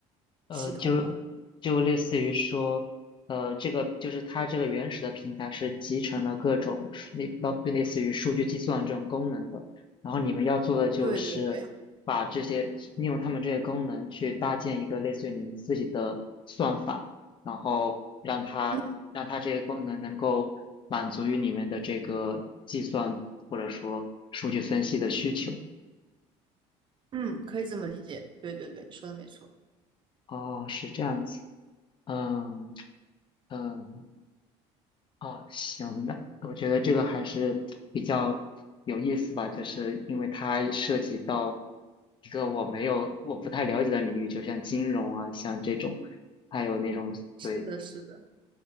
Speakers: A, on the left; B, on the right.
A: 呃，
B: 系统吧。
A: 就就类似于说，呃，这个就是它这个原始的平台是集成了各种数类类类似于数据计算这种功能的，然后你们要做的就是把这些利用他们这些功能去搭建一个类似于你们自己的算法，
B: 对对对，
A: 然后让它让它这些功能能够满足于你们的这个计算或者说数据分析的需求。
B: 嗯嗯，可以这么理解。对对对，你说的没错。
A: 哦，是这样子。嗯嗯，啊，行，那我觉得这个还是比较有意思吧，就是因为它涉及到一个我没有、我不太了解的领域，就像金融啊，像这种，还有那种对。
B: 是的，是的。